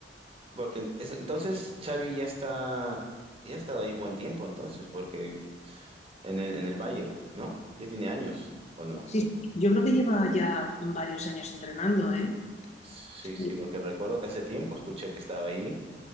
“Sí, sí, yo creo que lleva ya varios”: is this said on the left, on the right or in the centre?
Left